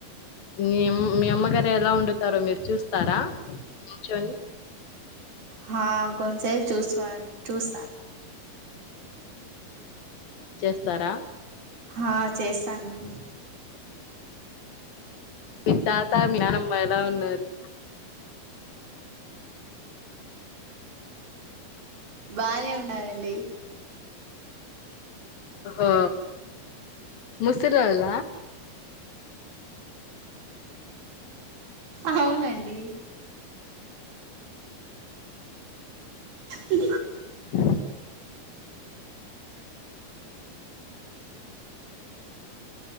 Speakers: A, on the left; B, on the right.
A: మీమ్ మీ అమ్మగారు ఎలా వండుతారో మీరు చూస్తారా నిల్చొని
B: హా కొంత్ సెప్ చూసుకో చూస్తా
A: స్తరా
B: ఆ చేస్తానండి
A: మీ తాత మీ నానమ్మ ఎలా ఉన్నారు
B: బాగానే ఉన్నారండి
A: ఓ మీ స్ిరళ
B: అవునండి ఇ
A: ఇ